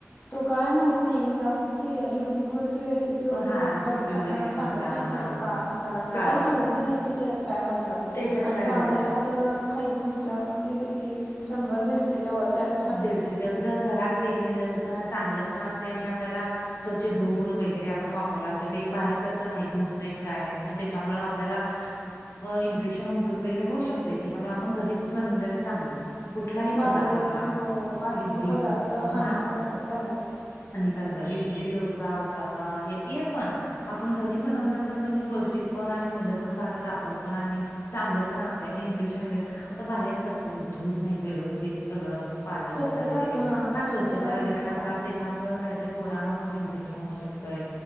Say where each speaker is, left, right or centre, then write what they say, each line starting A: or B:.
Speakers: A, on the left; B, on the left.
A: तो काय माहत नाही म्हणजे असंच की युट्यूबवरती रेसिप पी वगैरे
B: हा रेसिपी
A: बघताना
B: वगैरे बघताना
A: सांगत नाहीत
B: हा
A: का ते
B: हा
A: काळा मसाला आणि
B: काळा
A: ते काही
B: मसाला
A: सांगत बी नाहीत की त्याज्यात काय घालतात
B: त्याच्यात
A: आणि
B: काय
A: बाहेर
B: घालतात
A: असं खायचं म्हंटल्यावर पण ते किती शंब्बर दीडशे च्या वर ते आता
B: दीडशे ज ग घरात केलेलं चांगलं पण असतय आणि आपल्याला स्वच्छ धुवून वगैरे आपण वापरलं असत ते बाहेर कसं नाही धुत नाहीत काय नाहीत म त्याच्यामुळ आपल्याला व इन्फेक्शन वगैरे होऊ शकतंय त्याच्यामुळ आपण घरीच बनवलेलं चांगलं. कुठलाही
A: बाहेर
B: पदार्थ म्हणा
A: हो बाहेरचे
B: इडली
A: पदार्थ
B: डोसा
A: हानिकारकच
B: हा
A: झाल्यात.
B: हानिकारक हाय. इडली, डोसा, उतापा ये हे पण आपण घरी बनवलं तर म्हणजे पौष्टिक पण आणि मूलं पण खातात. आप आपण पण आणि चांगलं पण असतंय आणि इन्फेक्शन वगैरे आता बाहेर कसं धूत नाहीत व्यवस्थित सगळं पालेभाज्या
A: स्वच्छताच
B: वगैरे हा स्वच्छता
A: स्वच्छताच
B: वगैरे
A: नसत्या.
B: नसतात ते त्याच्यामुळं कायतरी पोरांना पण इन्फेक्शन होऊ शकतंय.